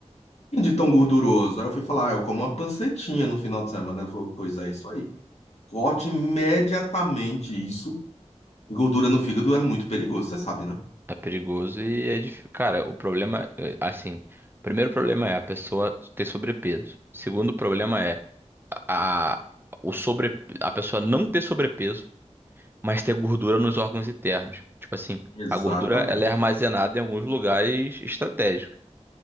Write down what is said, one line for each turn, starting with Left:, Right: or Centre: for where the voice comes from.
Left: de tão gorduroso. Aí eu fui falar, ah, eu como uma pancetinha no final de semana. Ela falou, pois é, isso aí. Corte imediatamente isso. Gordura no fígado é muito perigoso, você sabe, né?
Right: É perigoso e é difícil. Cara, o problema, é, assim, primeiro problema é a pessoa ter sobrepeso. Segundo problema é a, o sobre, a pessoa não ter sobrepeso, mas ter gordura nos órgãos internos. Tipo assim,
Left: Exatamente.
Right: a gordura ela é armazenada em alguns lugares estratégicos.